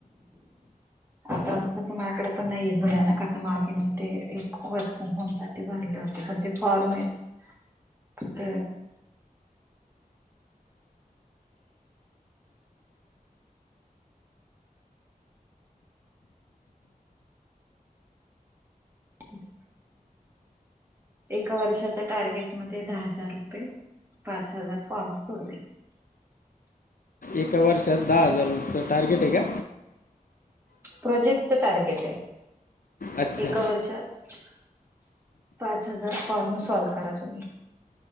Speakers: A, on the right (about 15°); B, on the left (about 75°).
A: तसं माझ्याकडे पण नाहीयेत <unintelligible> आता मार्केटिंग ते एक वर्क फ्रॉम होम सा ते भरले होते पण ते फॉर्म आहेत. तिथ <unintelligible> एका वर्षाच्या टार्गेट मध्ये दहा हजार रुपये पाच हजार फॉर्म सोडवयाचे.
B: एका वर्षात दहा हजारचं टार्गेट आहे का?
A: प्रोजेक्टच टार्गेट आहे,
B: अच्छा
A: एका वर्षात पाच हजार फॉर्म सॉल्व करा तुम्ही.